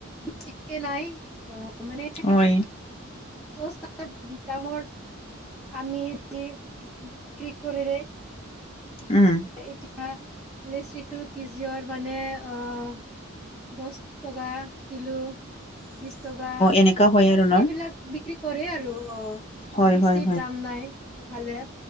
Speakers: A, in the centre; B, on the left.
A: থিকে নাই। অ' মানে
B: হয়।
A: চস্তা দামৰ আমি যি বিক্ৰী কৰিৰে
B: উম।
A: এতিয়া নিশ্চিত কেজিয়ৰ মানে আহ দহ টকা কিলো বিশ টকা।
B: এনেকুৱা হয় আৰু। ন
A: এইবিলাক বিক্ৰী কৰে আৰু অ'
B: হয়
A: বেছি
B: হয়
A: দাম নাই এইফালে।